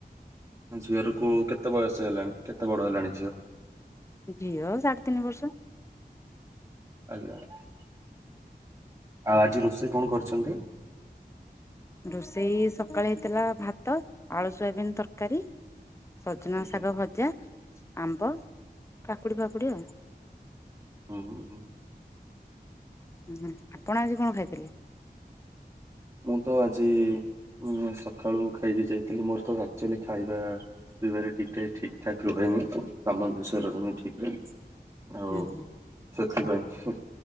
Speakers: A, on the right; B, on the left.
A: ଝିଅ ର କୁ କେତେ ବୟସ ହେଲାଣି କେତେ ବଡ ହେଲାଣି ଝିଅ।
B: ଝିଅ ସାଢ଼େ ତିନି ବର୍ଷ।
A: ଆଜ୍ଞା <unintelligible> ଆଉ ଆଜି ରୋଷେଇ କଣ କରୁଛନ୍ତି।
B: ରୋଷେଇ ସକାଳେ ହେଇଥିଲା ଭାତ ଆଳୁ ସୋୟାବିନ୍ ତରକାରୀ ସଜନା
A: ଆଜ୍ଞା
B: ଶାଗ ଭଜା ଆମ୍ବ କାକୁଡି ଫାକୁଡି ଆଉ।
A: ହୁଁ ହୁଁ ହୁଁ।
B: ହୁଁ ହୁଁ ଆପଣ ଆଜି କଣ ଖାଇଥିଲେ।
A: ମୁଁ ତ ଆଜି ଉଁ ସଖାଳୁ ଖାଇକି ଯାଇଥିଲି ମୋରୋ ତ ଆକ୍ଚୋଲି ଖାଇବା ପିଇବାରେ <unintelligible> ଠିକ ଠାକ ରୁହେନି ସାମଞ୍ଜସ୍ୟ ରୋହୁନି ଠିକରେ। ଆଉ
B: ହୁଁ ହୁଁ
A: ସେଥିପାଇଁ